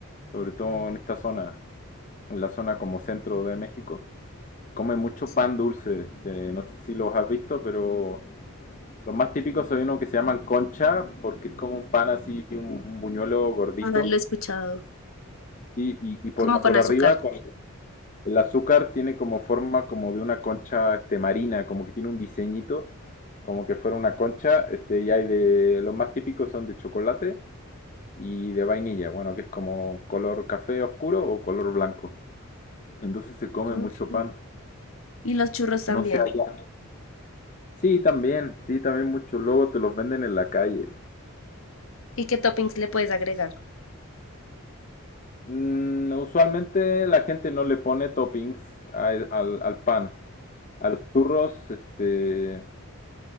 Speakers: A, on the left; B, on the left.
A: sobre todo en esta zona, en la zona como centro de México. Come mucho
B: Sí.
A: pan dulce, este, no sé si los has visto, pero Los más típicos son unos que se llaman concha, porque es como un pan así, un, un buñuelo gordito.
B: Ah, lo he escuchado.
A: Y, y, y por,
B: Como con
A: por
B: azúcar.
A: arriba, con el azúcar tiene como forma como de una concha este, marina, como que tiene un diseñito, como que fuera una concha. Este, y hay de. Los más típicos son de chocolate y de vainilla, bueno, que es como color café oscuro o color blanco. Entonces se come
B: Ok.
A: mucho pan.
B: Y los churros también.
A: No sé allá. Sí, también, sí, también mucho. Luego te los venden en la calle.
B: ¿Y qué toppings le puedes agregar?
A: Mm, usualmente la gente no le pone toppings a- e, al, al pan, a los churros, este,